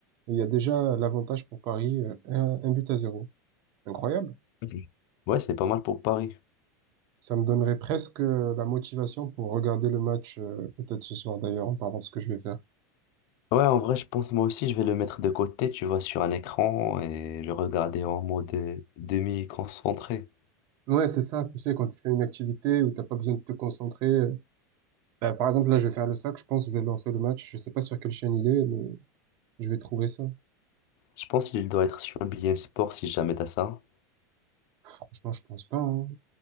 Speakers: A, on the right; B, on the left.
A: Et il y a déjà l'avantage pour Paris, euh, un, un but à zéro. Incroyable.
B: <laughs> Ouais, c'est pas mal pour Paris.
A: Ça me donnerait presque euh, la motivation pour regarder le match, euh, peut-être ce soir d'ailleurs, en parlant de ce que je vais faire.
B: Ouais, en vrai, je pense moi aussi, je vais le mettre de côté, tu vois, sur un écran et le regarder en mode euh, demi-concentré.
A: Ouais, c'est ça. Tu sais, quand tu fais une activité où t'as pas besoin de te concentrer. euh, bah, par exemple, là, je vais faire le sac. Je pense que je vais lancer le match. Je sais pas sur quelle chaîne il est, mais je vais trouver ça.
B: Je pense qu'il doit être sur BeIN Sport si jamais t'as ça.
A: Franchement, je pense pas, hein.